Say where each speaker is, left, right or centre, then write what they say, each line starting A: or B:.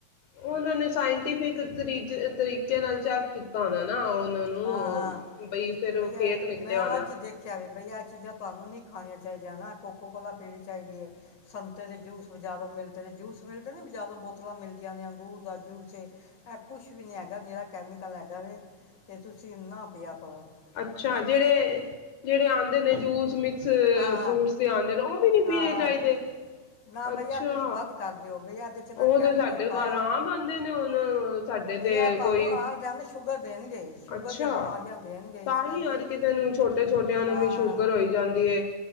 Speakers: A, on the left; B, on the left.
A: ਉਹਨਾਂ ਨੇ ਸਾਇੰਟੀਫਿਕ ਤਰੀ-ਤਰੀ ਨਾਲ ਚੈੱਕ ਕੀਤਾ ਹੋਣਾ ਨਾ ਨੂੰ
B: ਹਾਂ-ਹਾਂ
A: ਫਿਰ
B: ਬਈ
A: ਫੇਕ
B: ਅ
A: ਨਿਕਲਿਆ
B: ਮੈਂ
A: ਹੋਣਾ
B: ਅੱਜ ਦੇਖਿਆ ਵੇ ਬਈ ਆਹ ਚੀਜ਼ਾਂ ਤੁਹਾਨੂੰ ਨਹੀਂ ਖਾਣੀਆਂ ਚਾਹੀਦੀਆਂ ਨਾ ਕੋਕੋ ਕੋਲਾ ਪੀੜੀ ਚਾਹੀਦੀ ਹੈ। ਸੰਤੇ ਦੇ ਜੂਸ ਬਜ਼ਾਰੋਂ ਮਿਲ ਜੇੜੇ ਜੂਸ ਮਿਲਦੇ ਨਾ ਬਜਾਰੋਂ ਬੋ <unintelligible> ਮਿਲਦੀਆਂ ਨੇ ਅੰਗੂੂਰ ਦਾ ਜੂਸ ਏ, ਇਹ ਕੁਛ ਵੀ ਨਹੀਂ ਹੈਗਾ ਨਿਰਾ ਕੈਮੀਕਲ ਹੈਗਾ ਵੇ। ਤੇ ਤੁਸੀਂ ਨਾ ਪਿਆ ਕਰੋ
A: ਅੱਛਾ
B: ਬੰਦੇ
A: ਜਿਹੜੇ
B: ਵੇਖ
A: -ਜਿਹੜੇ ਆਉਂਦੇ ਨੇ
B: ਹਾਂ
A: ਜੂਸ, ਮਿਕਸ
B: ਹਾਂ
A: ਫਰੂਟਸ ਦੇ ਆਉਂਦੇ ਨੇ ਉਹ ਵੀ ਨੀ
B: ਹਾਂ
A: ਪੀਣੇ
B: ਹਾਂ
A: ਚਾਹੀਦੇ
B: ਨਾ ਭਈਆ
A: ਅੱਛਾ
B: ਤੁਸੀਂ ਵੱਧ ਕਰ ਦਿਓ ਭਈਆ ਇਹਦੇ ਚ ਨਾਲ
A: ਉਹ
B: ਕੈਮੀਕਲ
A: ਤੇ ਸਾਡੇ
B: ਪਾਇਆ
A: ਘਰ ਆਮ
B: ਹੈ।
A: ਆਉਦੇ ਨੇ ਹੁਣ ਸਾਡੇ
B: ਭਈਆ
A: ਤੇ
B: ਤੁਹਾਨੂੰ
A: ਕੋਈ
B: ਆਲ ਟਾਈਮ ਨਾ ਸ਼ੂਗਰ ਦੇਣਗੇ ਸ਼ੂਗਰ
A: ਅੱਛਾ
B: ਦੀਆਂ ਬਿਮਾਰੀਆਂ ਦੇਣਗੇ
A: ਤਾਂ
B: ਇਸ ਕਰਕੇ
A: ਹੀ ਯਾਰ ਕਿਸੇ ਨੂੰ ਛੋਟੇ-
B: ਹਮ,
A: ਛੋਟਿਆਂ ਨੂੰ
B: ਹਾਂ
A: ਵੀ ਸ਼ੂਗਰ ਹੋਈ ਜਾਂਦੀ ਹੈ